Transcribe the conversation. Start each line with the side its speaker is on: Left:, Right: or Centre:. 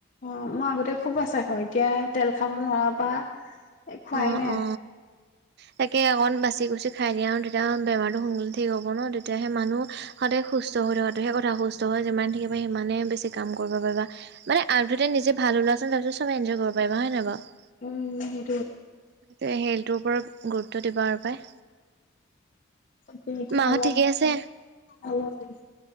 Left: অ মই আগতে খুব আচা খাওঁ এতিয়া তেল খাব নোৱাৰা পা। এই খুৱাই
Right: অ
Left: নাই
Right: অ
Left: আৰু।
Right: তাকে অকণ বাচি গুচি খাই দিয়া আৰু তেতিয়া বেমাৰতো সোনকালে ঠিক হ'ব ন। তেতিয়াহে মানুহ সদায় সুস্থ থ সেই সুস্থ যিমান থাকিবা সিমান বেছি কাম কৰিব পাৰিবা, আগতে নিজে ভাল হৈ তাৰ পাছত সব নিজে এনজয় কৰিব পাৰা হয় নাই বাৰু।
Left: উম সেই
Right: সেইটোৰ ওপৰত গুৰুত্ব দিবা আৰু পাই।
Left: তয়া
Right: মাহঁত ঠিকে আছে
Left: অলপ ভে